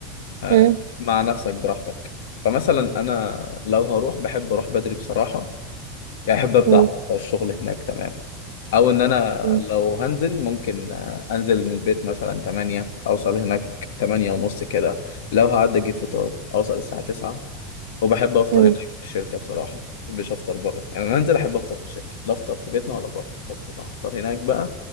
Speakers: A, on the left (about 85°); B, on the right (about 80°).
A: آه،
B: مم.
A: مع نفسك براحتك فمثلا انا لو هروح بحب اروح بدري بصراحه يعني احب ابدا
B: مم.
A: الشغل هناك تمام او ان انا
B: مم.
A: لو هنزل ممكن آه، انزل من البيت مثلا 8 اوصل هناك 8 ونص كده لو هعدي اجيب فطار اوصل الساعه 9 وبحب افطر
B: مم.
A: هناك في الشركه بصراحه ما بحبش افطر بره يعني انا انزل احب افطر في الشركه لا افطر في بيتنا ولا بره افطر أفطر هناك بقى